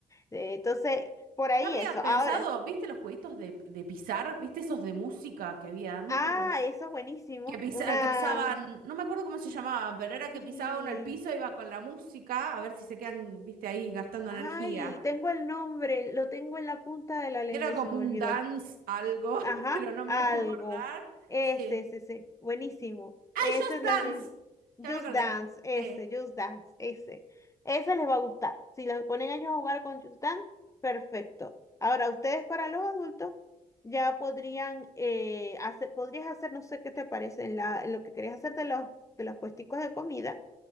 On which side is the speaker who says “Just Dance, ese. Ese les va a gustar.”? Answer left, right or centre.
Left